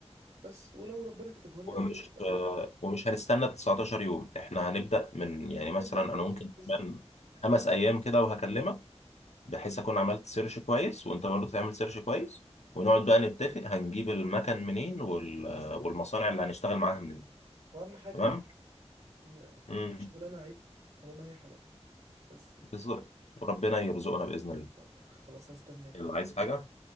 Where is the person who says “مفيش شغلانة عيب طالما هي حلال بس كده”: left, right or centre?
Right